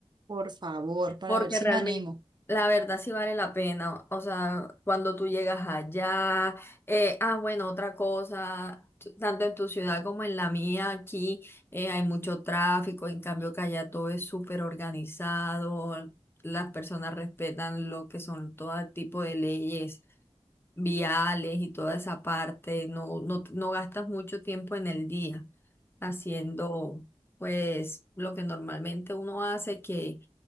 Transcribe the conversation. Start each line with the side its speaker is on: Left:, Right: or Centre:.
Right: Por favor, para
Left: porque
Right: ver si
Left: realmente,
Right: me animo.
Left: la verdad sí vale la pena. O sea, cuando tú llegas allá, eh, ah, bueno, otra cosa, t- tanto en tu ciudad como en la mía, aquí eh, hay mucho tráfico, en cambio que allá todo es súper organizado. Las personas respetan lo que son todo tipo de leyes viales y toda esa parte, no, no, no gastas mucho tiempo en el día haciendo pues lo que normalmente uno hace, que,